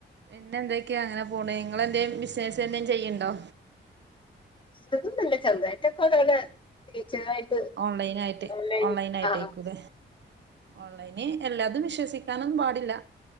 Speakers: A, on the right; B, on the left.
A: പിന്നെ എന്തൊക്കെയാ അങ്ങനെ പോണേ നിങ്ങെന്തേ ബിസിനസ്‌ വല്ലതും ചെയ്യുണ്ടോ
B: ബിസിനസ്‌ ഒന്നുല്യ ചെറുതായിട്ടാക്കെ ഓരോരോ ടീച്ചറായിട്ട്
A: ഓൺലൈനായിട്ട്
B: ഓൺലൈൻ
A: ഓൺലൈനായിട്ട്
B: ആഹ്
A: വിൽക്കും
B: ആഹ്
A: അല്ലേ ഇനി എല്ലാതും വിശ്വസിക്കാനൊന്നും പാടില്ല